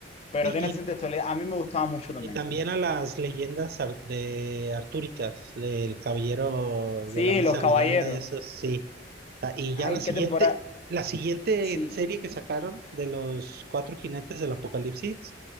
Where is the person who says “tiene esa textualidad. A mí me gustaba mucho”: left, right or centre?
Left